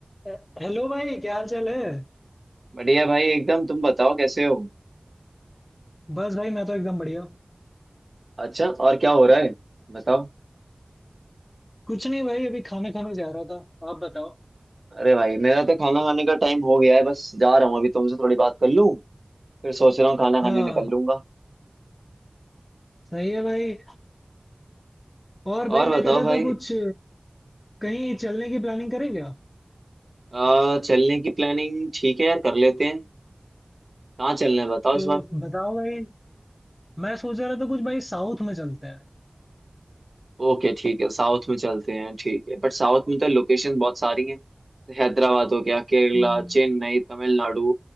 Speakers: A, on the left; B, on the right.
A: अ- हेलो भाई क्या हाल चाल है
B: बढ़िया भाई एकदम तुम बताओ कैसे हो
A: बस भाई मैं तो एकदम बढ़िया हूँ।
B: अच्छा और क्या हो रहा है बताओ
A: कुछ नहीं भाई अभी खाना खाने जा रहा था आप बताओ
B: अरे भाई मेरा तो खाना खाने का टाइम हो गया है बस जा रहा हूँ अभी तुमसे थोड़ी बात कर लूँ फिर सोच रहा हूँ खाना खाने
A: हाँ
B: निकल लूंगा
A: सही है भाई और
B: और
A: भाई
B: बताओ
A: मैं कह रहा
B: भाई
A: था कुछ कहीं चलने की प्लानिंग करें क्या
B: आ, चलने की प्लानिंग ठीक है यार कर लेते हैं कहाँ चलना है बताओ
A: तो
B: इस बार
A: बताओ भाई मैं सोच रहा था कुछ भाई साउथ में चलते हैं
B: ओके ठीक है साउथ में चलते हैं ठीक है बट साउथ में तो लोकेशन बहुत सारी हैं हैदराबाद हो गया केरला
A: हम्म,
B: चेन्नई तमिलनाडु